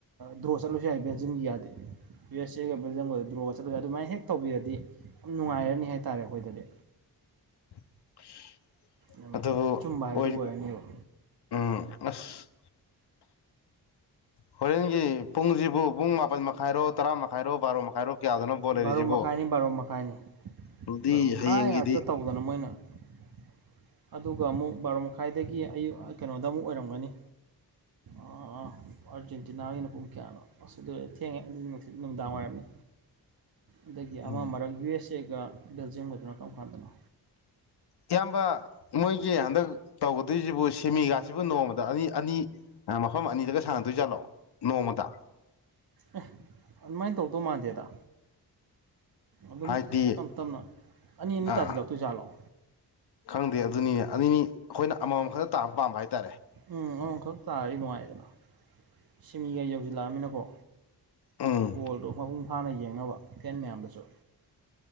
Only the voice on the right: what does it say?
ꯗ꯭ꯔꯣ ꯆꯠꯂꯁꯨ ꯌꯥꯏ ꯕꯦꯜꯖꯤꯌꯝꯒꯤ ꯒꯥꯗꯤ ꯌꯨ ꯑꯁ ꯑ‌ꯦꯒ ꯕ‌ꯦꯜꯖꯝꯒꯗꫭ ꯗ꯭ꯔꯣꯒ ꯆꯠꯒ ꯑꯗꯨꯥꯏ ꯍꯦꯛ ꯇꯧꯕꯤꯔꯗꯤ ꯌꯥꯝ ꯅꯨꯡꯉꯥꯏꯔꯅꯤ ꯍꯥꯏꯇꯥꯔꯦ ꯑꯩꯈꯣꯏꯗꯗꯤ
ꯌꯥꯝꯅꯥ
ꯑꯆꯨꯝꯕ ꯍꯥꯏꯕꯗꯨ
ꯑꯣꯏꯔꯅꯦꯕ
ꯕꯥꯔꯣ ꯃꯈꯥꯏꯅꯤ ꯕꯥꯔꯣ ꯃꯈꯥꯏꯅꯤ
ꯕꯥꯔꯣ ꯃꯈꯥꯏ
ꯉꯥꯛꯇ ꯇꯧꯗꯅ ꯃꯣꯏꯅ <inaudible> ꯑꯗꯨꯒ ꯑꯃꯨꯛ ꯕꯥꯔꯣ ꯃꯈꯥꯏꯗꯒꯤ ꯑꯌꯨꯛ ꯀꯩꯅꯣꯗ ꯑꯃꯨꯛ ꯑꯣꯏꯔꯝꯒꯅꯤ ꯑꯥ ꯑꯥ ꯑꯔꯖꯦꯟꯇꯤꯅꯥꯒꯤꯅ ꯄꯨꯡ ꯀꯌꯥꯅꯣ ꯑꯁ ꯑꯗꯨꯔꯗꯤ ꯊ‌ꯦꯡꯉꯦ ꯑꯗꯨꯗꯤ ꯅꯨꯡꯊꯤꯟ ꯅꯨꯃꯤꯗꯥꯡ ꯋꯥꯏꯔꯝꯅꯤ ꯑꯗꯒꯤ ꯑꯃ
ꯃꯔꯛ ꯌꯨ ꯑꯦꯁ ꯑꯦꯒ ꯕꯦꯜꯖꯤꯌꯝꯒꯗꯨꯅ ꯀꯝ ꯀꯥꯟꯗꯅꯣ
ꯑꯦ ꯑꯗꯨꯃꯥꯏꯅ ꯇꯧꯗꯧ ꯃꯥꯟꯗꯦꯗ ꯑꯗꯨꯝ
ꯇꯞ ꯇꯞꯅ ꯑꯅꯤ ꯑꯅꯤ
ꯇꯥꯁꯤꯜꯂꯛꯇꯣꯏꯖꯥꯠꯂꫭ
ꯎꯝ ꯑꯃꯃꯝꯈꯛ ꯇꯥꯔꯗꯤ ꯅꯨꯡꯉꯥꯏꯗꯅ ꯁꯤꯃꯤꯒ ꯌꯧꯁꯤꯜꯂꯛꯑꯃꯤꯅꯀꯣ
ꯕꯣꯜꯗꯣ ꯃꯄꯨꯡ ꯐꯥꯅ ꯌꯦꯡꯅꯕ ꯐꯦꯟ ꯃꯌꯥꯝꯗꯁꯨ